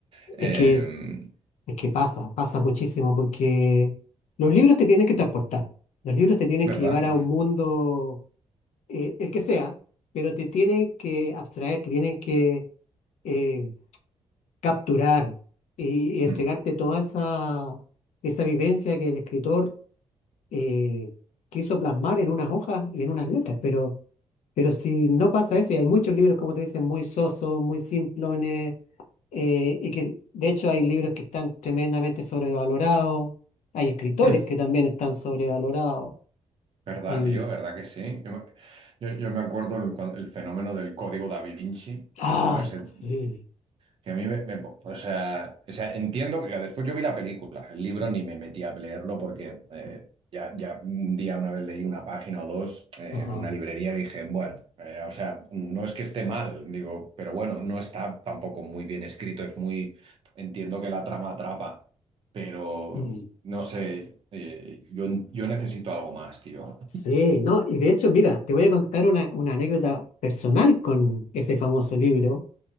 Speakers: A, on the right; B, on the left.
A: Eh,
B: es que, es que pasa, pasa muchísimo porque los libros te tienen que transportar, los libros te tienen
A: ¿verdad?
B: que llevar a un mundo. eh, el que sea, pero te tienen que abstraer, te tienen que eh, capturar y, y entregarte
A: Hmm.
B: toda esa, esa vivencia que el escritor eh, quiso plasmar en unas hojas y en unas letras. Pero, pero si no pasa eso, y hay muchos libros, como te dicen, muy sosos, muy simplones, eh, y que de hecho hay libros que están tremendamente sobrevalorados, hay escritores
A: Hmm.
B: que también están sobrevalorados.
A: ¿Verdad,
B: Y,
A: tío? ¿Verdad que sí? Yo me, yo- yo me acuerdo el, cuan- el fenómeno del código da Vinci,
B: ay,
A: ¿no? Ese
B: sí,
A: Que a mí me, me- o sea, o sea, entiendo que después yo vi la película, el libro ni me metí a leerlo porque eh, ya, ya un día una vez leí una página o dos eh,
B: ajá.
A: en una librería y dije, bueno, eh, o sea, no es que esté mal, digo, pero bueno, no está tampoco muy bien escrito, es muy, entiendo que la trama atrapa, pero
B: mm.
A: no sé, eh, yo, yo necesito algo más, tío.
B: Sí, no, y de hecho, mira, te voy a contar una, una anécdota personal con ese famoso libro.